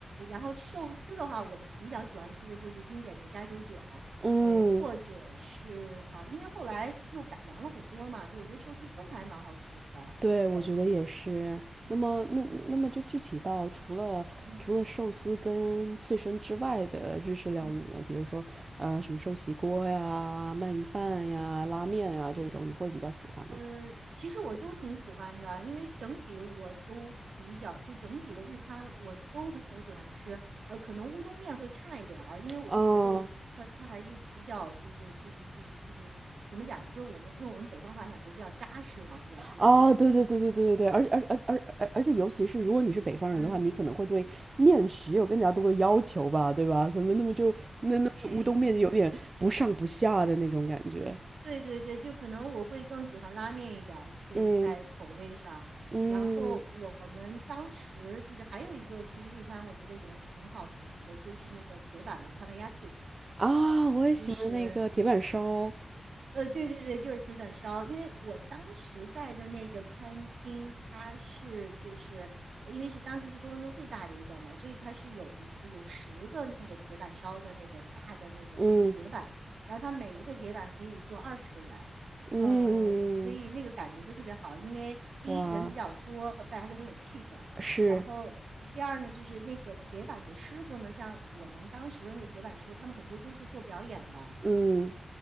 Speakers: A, on the right; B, on the right.
A: 然后寿司的话，我比较喜欢吃的就是经典的加州卷，
B: 嗯。
A: 呃，或者是啊、呃因为后来又改良了很多嘛，就我觉得寿司都还蛮好吃的，
B: 对，
A: 对，
B: 我觉得也是。那么，
A: 嗯
B: 那那那么就具体到除了除了寿司跟刺身之外的日式料理呢，
A: 嗯嗯。
B: 比如说呃什么寿喜锅呀、鳗鱼饭呀、拉面呀这种，你会比较喜欢吗？
A: 呃，其实我都挺喜欢的，因为整体我都比较，就整体的日餐我都很喜欢吃。呃，可能乌冬面会差一点啊，因为我会觉得它它还是比较就是就是就是就是怎么讲呢？
B: 嗯，
A: 就我们用我们北方话讲就比较扎实嘛，对吧？就这个这个还
B: 啊，对对对对对对对，而且而而而而而且尤其是如果你是北方人的话，
A: 嗯
B: 你可能会对面食有更加多的要求吧，对吧？所以那么就那那么就乌冬面就有点不上不下的那种感觉。
A: 对呃，对对对，就可能我会更喜欢拉面一点儿，就是在口味上。
B: 嗯嗯。
A: 然后我们当时就是还有一个，其实日餐我觉得也挺好的，就是那个铁板嘛 t a k a y a k i
B: 啊，我也喜欢那个铁板烧，
A: 就是呃，对对对，就是铁板烧。因为我当时在的那个餐厅，它是就是呃因为是当时是多伦多最大的一个嘛，所以它是有一有十个那个铁板烧的那个大的那个就是铁板，
B: 嗯
A: 然后它每一个铁板可以坐二十个人，
B: 嗯嗯嗯，
A: 嗯、所以那个感觉就特别好。因为第一人比较多，
B: 哇，
A: 大家就很有气氛，
B: 是，
A: 然后。第二呢，就是那个铁板的师傅呢，像我们当时的那个铁板师傅，他们很多都是做表演的，
B: 嗯，